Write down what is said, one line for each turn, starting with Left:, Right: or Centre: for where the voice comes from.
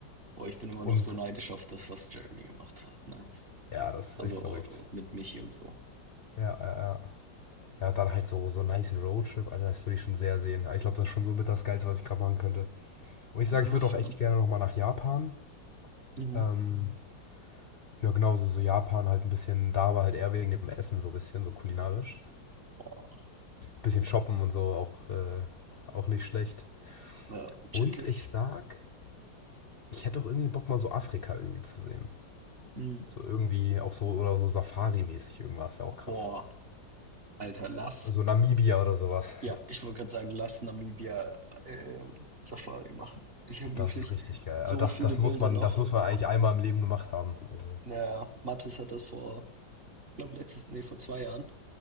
Right: Boah, ich bin immer
Left: Und
Right: noch so neidisch auf das, was Jeremy gemacht hat, ne?
Left: ja, das
Right: Also
Left: ist echt verrückt.
Right: mit Michi und so.
Left: Ja, ja, ja. Ja, und dann halt so, so einen niceen Roadtrip, Alter, das würde ich schon sehr sehen. Ich glaube, das ist schon so mit das Geilste, was ich gerade machen könnte. Und ich sage,
Right: Ah,
Left: ich würde
Right: fair.
Left: auch echt gerne nochmal nach Japan.
Right: Mhm.
Left: Ähm, ja, genauso so so Japan halt ein bisschen, da war halt eher wegen dem Essen so ein bisschen, so kulinarisch.
Right: Boah,
Left: Bisschen shoppen und so, auch, äh, auch nicht schlecht.
Right: ja,
Left: Und
Right: checke.
Left: ich sag, ich hätte auch irgendwie Bock, mal so Afrika irgendwie zu sehen.
Right: Mhm.
Left: So irgendwie auch so, oder so Safari-mäßig irgendwas, wäre auch krass.
Right: Boah, Alter, lass
Left: So Namibia oder sowas.
Right: Ja, ich wollte gerade sagen, lass Namibia äh, Safari machen. Ich habe
Left: Das
Right: wirklich
Left: ist richtig geil.
Right: so
Left: Aber das,
Right: viele
Left: das
Right: Bilder
Left: muss man,
Right: noch.
Left: das muss man eigentlich einmal im Leben gemacht haben. Also,
Right: Naja, Mathis hat das vor, ich glaube letztes, nee, vor zwei Jahren